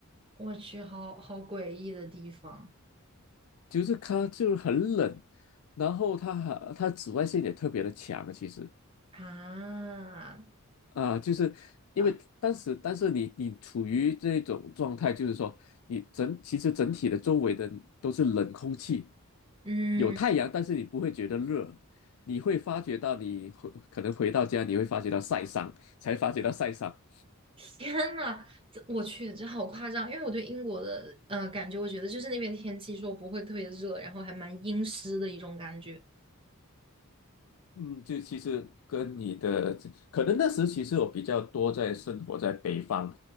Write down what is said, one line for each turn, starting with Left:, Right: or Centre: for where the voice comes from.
Right: 我去，好好诡异的地方
Left: 就是它就是很冷，然后它还它紫外线也特别的强啊，其实
Right: 啊！
Left: 啊，就是因为当时但是你你处于这种状态，
Right: 吧，
Left: 就是说你整其实整体的周围的都是冷空气，
Right: 嗯。
Left: 有太阳，但是你不会觉得热。你会发觉到你回可能回到家，你会发觉到晒伤，才发觉到晒伤。
Right: 天呐，这我去，这好夸张！因为我对英国的呃感觉，我觉得就是那边天气说不会特别热，然后还蛮阴湿的一种感觉
Left: 嗯，就其实跟你的可能那时其实我比较多在生活在北方，